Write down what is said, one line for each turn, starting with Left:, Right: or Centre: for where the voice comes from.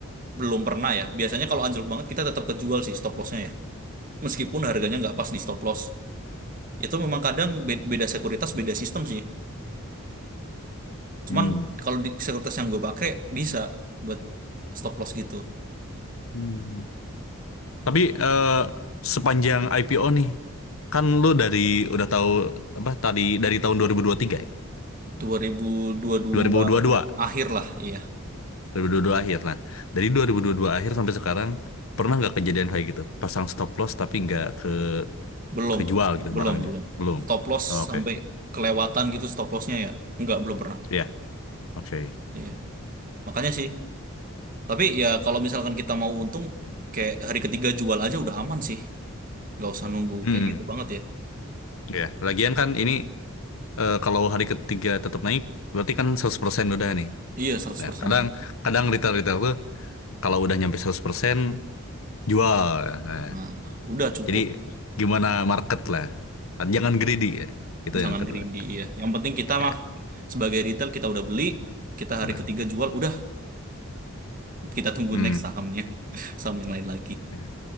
Right: belum pernah ya. Biasanya kalau anjlok banget kita tetap kejual sih stop lossnya ya. Meskipun harganya nggak pas di stop loss. Itu memang kadang be- beda sekuritas, beda sistem sih. Cuman
Left: Hmm.
Right: kalau di sekuritas yang gue pakai bisa buat stop loss gitu.
Left: Hmm. Tapi eh, sepanjang IPO nih, kan lu dari udah tahu apa tadi dari tahun 2023 ya?
Right: 2022
Left: 2022.
Right: akhir lah, iya.
Left: 2022 akhir. Nah, dari 2022 akhir sampai sekarang pernah nggak kejadian kayak gitu? Pasang stop loss tapi nggak ke
Right: Belum,
Left: kejual gitu
Right: belum,
Left: barangnya.
Right: belum.
Left: Belum.
Right: Stop loss
Left: Oh, Oke.
Right: sampai kelewatan gitu stop lossnya ya. Enggak, belum pernah.
Left: Ya, oke.
Right: Iya. Makanya sih. Tapi ya kalau misalkan kita mau untung, kayak hari ketiga jual aja udah aman sih. Nggak usah nunggu
Left: Hmm.
Right: kayak gitu banget ya.
Left: Ya, lagian kan ini eh, kalau hari ketiga tetap naik berarti kan 100% udah nih.
Right: Iya, seratus
Left: Nah,
Right: persen
Left: kadang
Right: untung.
Left: kadang retail-retail tuh kalau udah nyampe 100% jual. Nah,
Right: Nah, udah cukup.
Left: jadi gimana market lah. Jangan greedy ya. Itu
Right: Jangan
Left: yang kedua.
Right: greedy, iya. Yang penting kita
Left: Ya.
Right: mah sebagai retail kita udah beli, kita hari
Left: Nah,
Right: ketiga jual, udah Kita tunggu
Left: hmm.
Right: next sahamnya. <laughs> Saham yang lain lagi.
Left: Ya.